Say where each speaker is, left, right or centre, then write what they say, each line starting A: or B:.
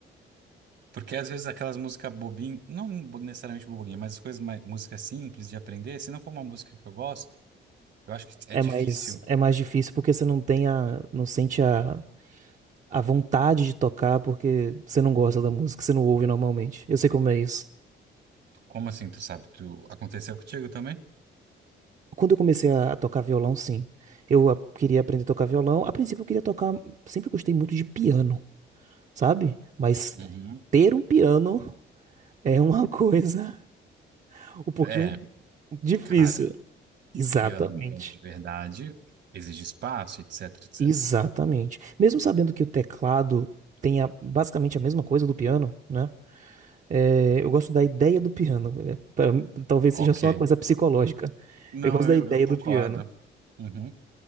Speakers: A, on the right; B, on the right.
A: Porque às vezes aquelas músicas bobinhas, não bo- necessariamente bobinha, mas as coisas mais, música simples de aprender, se não for uma música que eu gosto, eu acho que
B: É
A: é difícil.
B: mais, é mais difícil porque você não tem a, não sente a, a vontade de tocar porque você não gosta da música, você não ouve normalmente. Eu sei como é isso.
A: Como assim, tu sabe? Tu aconteceu contigo também?
B: Quando eu comecei a a tocar violão, sim. Eu a- queria aprender a tocar violão. A princípio, eu queria tocar. Sempre gostei muito de piano. sabe? Mas
A: Uhum.
B: ter um piano é uma <laughs> coisa um pouquinho
A: É,
B: difícil.
A: cara,
B: Exatamente.
A: piano, piano de verdade, exige espaço, etc, etc.
B: Exatamente. Mesmo sabendo que o teclado tem a- basicamente a mesma coisa do piano, né? É, eu gosto da ideia do piano. É, pra- talvez
A: Ok.
B: seja só uma coisa psicológica.
A: Não,
B: Eu gosto da
A: eu,
B: ideia
A: eu concordo.
B: do piano.
A: Uhum.